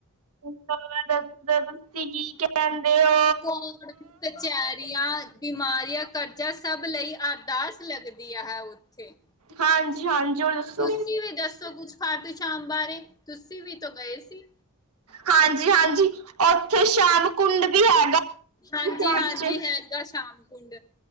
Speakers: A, on the right; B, on the left.
A: ਦੱਸੋ ਤੁਸੀਂ ਕੀ ਕੈੰਦੇ ਔ?
B: ਕੋਡ ਕਚੈਰੀਆਂ, ਬਿਮਾਰੀਆਂ, ਕਰਜ਼ਾ ਸਭ ਲਈ ਅਰਦਾਸ ਲੱਗਦੀਆਂ ਹੈ, ਉ ਉਥੇ।
A: ਹਾਂਜੀ, ਹਾਂ। ਜੋਰ ਦੱਸੋ।
B: ਤੁਸੀਂ ਵੀ ਦੱਸੋ ਕੁਛ ਖਾਟੂ-ਸ਼ਾਮ ਬਾਰੇ, ਤੁਸੀਂ ਵੀ ਤੋਂ ਗਏ ਸੀ।
A: ਹਾਂਜੀ, ਹਾਂਜੀ। ਓਥੇ ਸ਼ਾਮ ਕੁੰਡ ਵੀ ਹੈਗਾ,
B: ਹਾਂਜੀ
A: ਸ਼ਾਮ
B: ਹਾਂਜੀ
A: ਚ।
B: ਹੈਗਾ ਸ਼ਾਮ ਕੁੰਡ